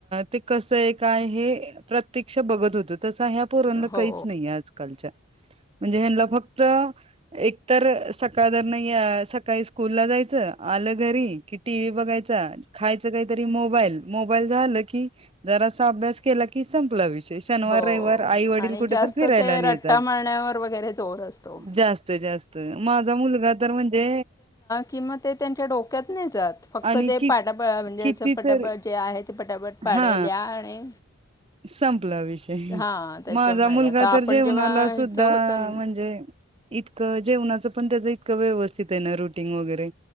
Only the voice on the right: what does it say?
ते कस आहे काय हे प्रत्यक्ष बघत होत तस ह्या पोरांना
काहीच नाही आज आजकालच्या म्हणजे ह्यांना फक्त एकतर सकाळ धरन या काही स्कूल ला जायच आल घरी कि टीव्ही बघायचा खायच काहीतरी मोबाईल मोबाईल झाल की जरा सा अभ्यास केला की संपला विषय शनिवार,
रविवार आई वडील
कुठ
तर फिरायला
नेतात
जास्त जास्त माझा मुलगा तर म्हणते
आणि
कि
कितीतरी
हा
संपला विषय
माझा मुलगा
तर जेवणाला
सुद्धा
म्हणजे इतक जेवणाच पण त्याच इतक व्यवस्थित आहे ना रुटींग वगैरे